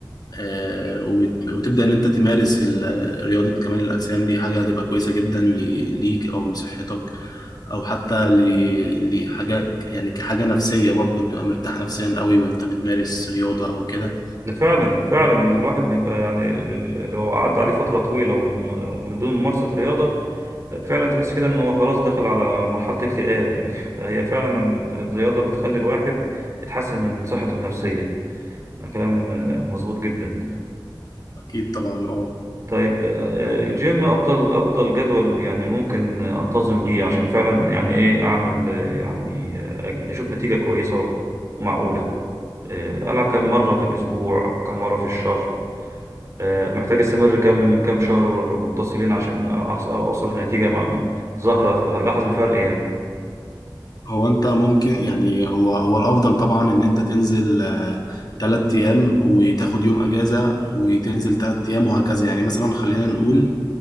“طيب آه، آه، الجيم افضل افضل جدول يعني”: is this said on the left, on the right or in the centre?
Right